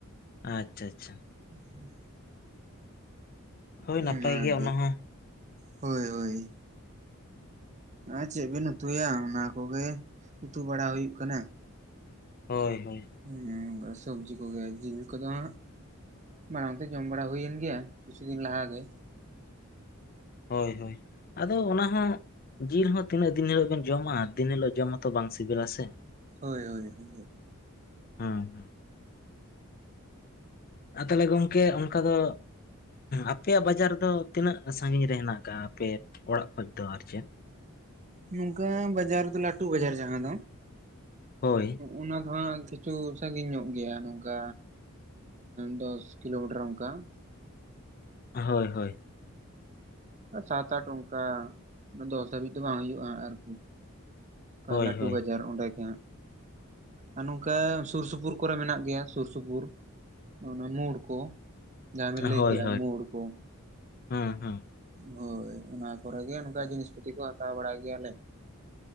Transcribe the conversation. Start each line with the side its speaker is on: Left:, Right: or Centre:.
Left: ᱟᱪᱪᱷᱟ-ᱟᱪᱪᱷᱟ ᱾
Right: ᱦᱮᱸ
Left: ᱦᱳᱭ ᱱᱟᱯᱟᱭ
Right: ᱚᱱᱟᱜᱮ
Left: ᱜᱮᱭᱟ ᱚᱱᱟ ᱦᱚᱸ
Right: ᱦᱳᱭ-ᱦᱳᱭ ᱾ ᱟᱨ ᱪᱮᱫ ᱵᱤᱱ ᱩᱛᱩᱭᱟ, ᱚᱱᱟ ᱠᱚᱜᱮ ᱩᱛᱩ ᱵᱟᱲᱟ ᱦᱩᱭᱩᱜ ᱠᱟᱱᱟ ᱾
Left: ᱦᱳᱭ-ᱦᱳᱭ ᱾
Right: ᱦᱮᱸ ᱚᱱᱠᱟ ᱥᱚᱵᱽᱡᱤ ᱠᱚᱜᱮ ᱡᱤᱞ ᱠᱚᱫᱚ ᱦᱟᱸᱜ ᱢᱟᱲᱟᱝᱛᱮ ᱡᱚᱢ ᱵᱟᱲᱟ ᱦᱩᱭᱮᱱ ᱜᱮᱭᱟ ᱠᱤᱪᱷᱩ ᱫᱤᱱ ᱞᱟᱦᱟ ᱜᱮ
Left: ᱦᱳᱭ ᱦᱳᱭ ᱟᱫᱚ ᱚᱱᱟ ᱦᱚᱸ, ᱡᱤᱞ ᱦᱚᱸ ᱛᱤᱱᱟᱹᱜ ᱫᱤᱱ ᱦᱤᱞᱳᱜ ᱵᱮᱱ ᱡᱚᱢᱟ, ᱫᱤᱱ ᱦᱤᱞᱳᱜ ᱡᱚᱢ ᱢᱟᱛᱚ ᱵᱟᱝ ᱥᱤᱵᱤᱞᱟ ᱥᱮ ᱾
Right: ᱦᱳᱭᱻᱦᱳᱭᱻᱦᱳᱭ ᱾
Left: ᱦᱮᱸᱻᱦᱮᱸ ᱟᱨ ᱛᱟᱦᱚᱞᱮ ᱜᱚᱝᱠᱮ ᱚᱱᱠᱟ ᱫᱚ ᱟᱯᱮᱭᱟᱜ ᱵᱟᱡᱟᱨ ᱫᱚ ᱛᱤᱱᱟᱹᱜ ᱥᱟᱺᱜᱤᱧ ᱨᱮ ᱦᱮᱱᱟᱜ ᱠᱟᱜᱼᱟ, ᱟᱯᱮ ᱚᱲᱟᱜ ᱠᱷᱚᱡ ᱫᱚ ᱟᱨ ᱪᱮᱫ?
Right: ᱱᱚᱝᱠᱟ ᱵᱟᱡᱟᱨ ᱫᱚ ᱞᱟᱹᱴᱩ ᱵᱟᱡᱟᱨ ᱡᱟᱦᱟᱸ ᱫᱚ
Left: ᱦᱳᱭ
Right: ᱚᱱᱟ ᱫᱚ ᱦᱟᱸᱜ ᱠᱤᱪᱷᱩ ᱥᱟᱺᱜᱤᱧ ᱧᱚᱜ ᱜᱮᱭᱟ ᱱᱚᱝᱠᱟ ᱫᱚᱥ ᱠᱤᱞᱳᱢᱤᱴᱟᱨ ᱚᱱᱠᱟ ᱾
Left: ᱦᱳᱭ-ᱦᱳᱭ ᱾
Right: ᱚ ᱥᱟᱛ ᱟᱴ ᱚᱱᱠᱟ, ᱫᱚᱥ ᱫᱷᱟᱹᱵᱤᱡ ᱫᱚ ᱵᱟᱝ ᱦᱩᱭᱩᱜᱼᱟ ᱟᱨᱠᱤ ᱾ ᱚᱠᱟ
Left: ᱦᱳᱭ
Right: ᱞᱟᱹᱴᱩ
Left: ᱦᱳᱭ
Right: ᱵᱟᱡᱟᱨ ᱚᱸᱰᱮ ᱜᱮ ᱦᱟᱜ ᱟᱨ ᱱᱚᱝᱠᱟ ᱥᱩᱨ ᱥᱩᱯᱩᱨ ᱠᱚᱨᱮ ᱢᱮᱱᱟᱜ ᱜᱮᱭᱟ ᱥᱩᱨ ᱥᱩᱯᱩᱨ ᱾ ᱚᱱᱟ ᱢᱳᱨ ᱠᱚ ᱡᱟᱦᱟᱸ ᱵᱤᱱ
Left: ᱦᱳᱭ
Right: ᱞᱟᱹᱭ
Left: ᱦᱳᱭ
Right: ᱠᱮᱜᱼᱟ ᱢᱳᱲ ᱠᱚ
Left: ᱦᱮᱸ ᱦᱮᱸ
Right: ᱦᱳᱭ ᱚᱱᱟ ᱠᱚᱨᱮ ᱜᱮ ᱚᱱᱠᱟ ᱡᱤᱱᱤᱥ ᱯᱟᱛᱤ ᱠᱚ ᱦᱟᱛᱟᱣ ᱵᱟᱲᱟ ᱜᱮᱭᱟᱞᱮ